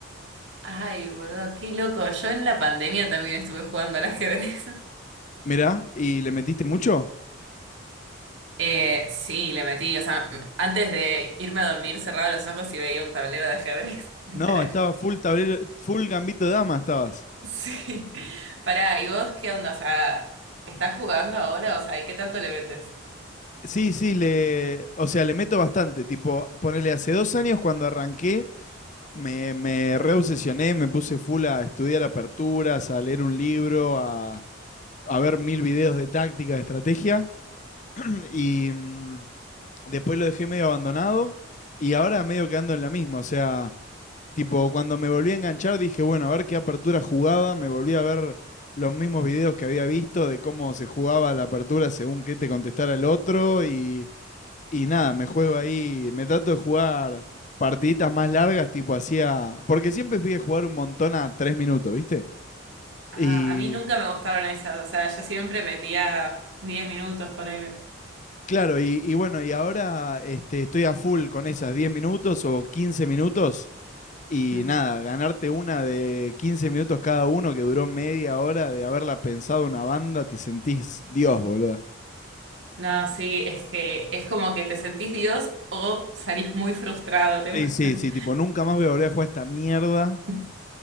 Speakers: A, on the right; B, on the left.
A: Ay, boludo, qué loco. Yo en la pandemia también estuve jugando al ajedrez. <laughs>
B: Mirá, ¿y le metiste mucho?
A: Eh, sí, le metí, o sea, m- antes de irme a dormir cerraba los ojos y veía un tablero de ajedrez, <laughs> literal.
B: No, estaba full tablero, full gambito de dama estabas.
A: Sí. Pará, ¿y vos qué onda? O sea, ¿estás jugando ahora? O sea, ¿y qué tanto le metes?
B: Sí, sí, le, o sea, le meto bastante, tipo, ponele, hace dos años cuando arranqué, me, me reobsesioné, me puse full a estudiar aperturas, a leer un libro, a a ver mil videos de táctica, de estrategia, y mm, después lo dejé medio abandonado, y ahora medio quedando en la misma, o sea, tipo, cuando me volví a enganchar dije, bueno, a ver qué apertura jugaba, me volví a ver los mismos videos que había visto de cómo se jugaba la apertura según qué te contestara el otro, y, y nada, me juego ahí, me trato de jugar partiditas más largas, tipo hacía. Porque siempre fui a jugar un montón a tres minutos, ¿viste?
A: Ah,
B: Y
A: a mí nunca me gustaron esas, o sea, yo siempre metía 10 minutos, ponele.
B: Claro, y, y bueno, y ahora este, estoy a full con esas 10 minutos o 15 minutos y
A: Mm.
B: nada, ganarte una de 15 minutos cada uno que duró media hora de haberla pensado una banda, te sentís Dios, boludo.
A: No, sí, es que es como que te sentís Dios o salís muy frustrado, te
B: Sí,
A: pasan.
B: sí, sí, tipo, nunca más voy a volver a jugar esta mierda,
A: <laughs>